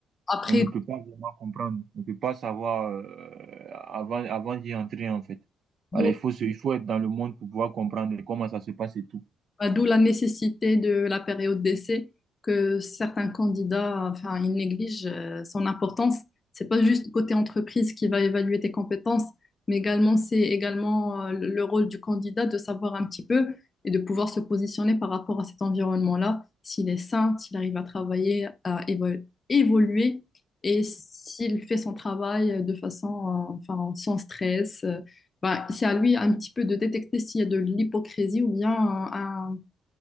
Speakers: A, on the left; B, on the right.
A: Après,
B: On ne peut pas vraiment comprendre. On ne peut pas savoir euh, avant, avant d'y entrer, en fait.
A: d'où
B: Voilà, il faut, se- il faut être dans le monde pour pouvoir comprendre comment ça se passe et tout.
A: bah, d'où la nécessité de la période d'essai que certains candidats, enfin, ils négligent euh, son importance. C'est pas juste côté entreprise qui va évaluer tes compétences, mais également c'est également euh, le rôle du candidat de savoir un petit peu et de pouvoir se positionner par rapport à cet environnement-là, s'il est sain, s'il arrive à travailler, à évo- évoluer et s'il fait son travail de façon, euh, enfin, sans stress. euh, bah, c'est à lui un petit peu de détecter s'il y a de l'hypocrisie ou bien un- un-